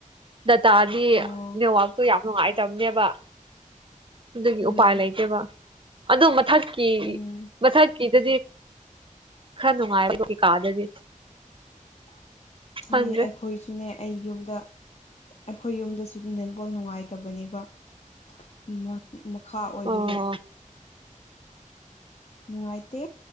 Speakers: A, on the right; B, on the left.
A: ꯗꯇꯥꯗꯤ
B: ꯑꯥ
A: ꯅꯦꯋꯥꯛ ꯇꯣ ꯌꯥꯝ ꯅꯨꯡꯉꯥꯏꯇꯕꯅꯦꯕ ꯑꯗꯨꯒꯤ
B: ꯎꯝ
A: ꯎꯄꯥꯏ ꯂꯩꯇꯦꯕ ꯑꯗꯨ ꯃꯊꯛꯀꯤ
B: ꯎꯝ
A: ꯃꯊꯛꯀꯤꯗꯨꯗꯤ ꯈꯔ ꯅꯨꯡꯉꯥꯏꯕ <unintelligible> ꯀꯥꯗꯗꯤ
B: <unintelligible>
A: ꯈꯪꯗ꯭ꯔꯦ
B: ꯈꯣꯏꯁꯨꯅꯦ ꯑꯩ ꯌꯨꯝꯗ ꯑꯩꯈꯣꯏ ꯌꯨꯝꯗꯁꯨ ꯅꯦꯠꯋꯥꯛ ꯅꯨꯡꯉꯥꯏꯇꯕꯅꯦꯕ ꯃꯣꯠ ꯃꯈꯥ ꯑꯣꯏꯕꯒꯤ
A: ꯑꯣ
B: ꯅꯨꯡꯉꯥꯏꯇꯦ